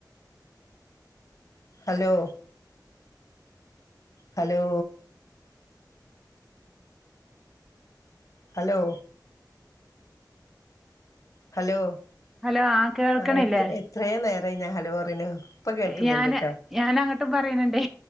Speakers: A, on the left; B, in the centre.
A: hello hello hello hello
B: hello ആ കേൾക്കണില്ലേ
A: ആഹ് എത്ര എത്രെ നേരായി ഞാൻ ഹലോ പറയണ് ഇപ്പൊ കേൾക്കുന്നുണ്ട്
B: ഞാന്
A: ട്ടോ
B: ഞാനങ്ങട്ടും പറയണുണ്ടേ